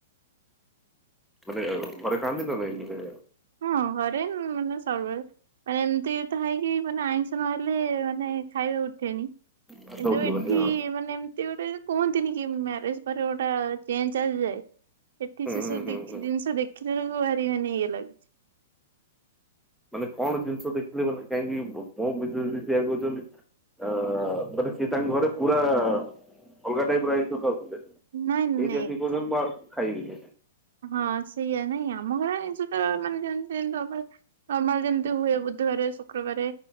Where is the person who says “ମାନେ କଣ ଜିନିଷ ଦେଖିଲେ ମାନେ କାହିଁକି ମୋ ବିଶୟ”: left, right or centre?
Centre